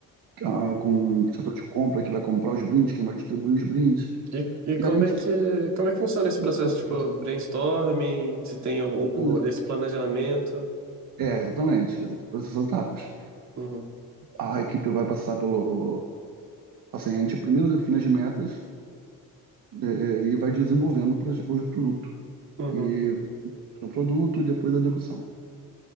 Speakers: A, on the right; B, on the right.
A: ah,
B: Uhum.
A: com o setor de compra que vai comprar os brindes, quem vai distribuir os brindes.
B: E, e como
A: E aí a gente
B: é que
A: cria
B: como é que funciona esse
A: todo
B: processo,
A: o processo,
B: tipo, brainstorming, se tem algum,
A: tudo
B: o-
A: isso.
B: esse planejamento?
A: É, exatamente, exatamente, todas essas etapas.
B: Uhum,
A: A equipe vai passar pelo. Assim, a gente primeiro define as metas é, é, e vai desenvolvendo o proje- o produto.
B: uhum,
A: E vai desenvolvendo o produto e depois a execução.